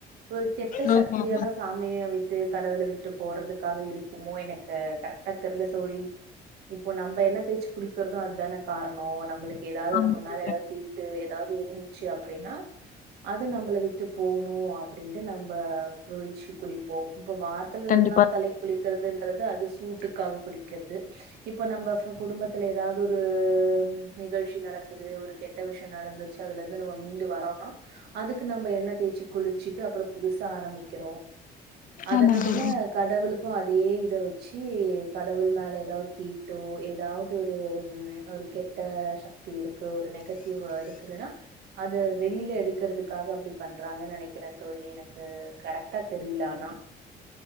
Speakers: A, on the right; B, on the left.
A: ஒரு கெட்ட
B: ஆமா
A: சக்தியெல்லா
B: ஆமா
A: சாமிய விட்டு கடவுள விட்டு போறதுக்காகயிருக்குமோ எனக்கு கரெக்டா தெரில தோழி இப்போ நம்ம எண்ண தேச்சு குளிக்குறதோ அதான காரணோ எதாவது
B: ஆமா
A: நம்ம மேல எதாவது தீட்டு எதாவதுயிருந்துச்சு அப்டின்னா அது நம்பள விட்டு போணோ அப்டின்டு நம்ப வெய்ச்சு குளிப்போம் இப்ப வாரத்துல
B: கண்டிப்பா
A: ரெண்டு நாள் தலைக் குலிக்கு றது அது சூட்டுக்காக குளிக்குறது இப்ப நம்ம குடும்பத்துல எதாவது ஒரு நிகழ்ச்சி நடக்குது ஒரு கெட்ட விஷயம் நடந்துடுச்சு அதுலயிருந்து நம்ப மீண்டு வரோனா அதுக்கு நம்ம எண்ண தேய்சு குளி ச்சுட்டு அப்பறோம் புதுசா ஆரம்பிக் கிறோ அதனால
B: ஆமா தோழி
A: கடவுளுக்கோ அதே இத வெச்சு பத்தி கடவுள் மேல எதாவது தீட்டோ எதாவது ஒரு ஒரு கெட் ட சக்தியி ருக்கு ஒரு நெகட்டிவ்யிருக்குதுன்னா அது இத வெளியில எடுக்கறத்துக்காக அப்டி பண்றாங்கன்னு நெனைக்குறே தோழி எனக்கு கரெக்டா தெரியல ஆனா